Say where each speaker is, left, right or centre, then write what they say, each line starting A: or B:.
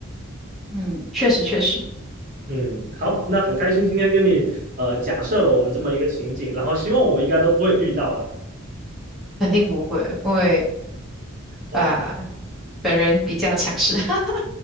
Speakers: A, in the centre; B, on the right (about 40°).
A: 嗯，确实确实，
B: 嗯，好，那很开心今天跟你呃假设了我们这么一个情景，然后希望我们应该都不会遇到了。
A: 肯定不会，因为
B: OK
A: 啊、本人比较强势。<laughs>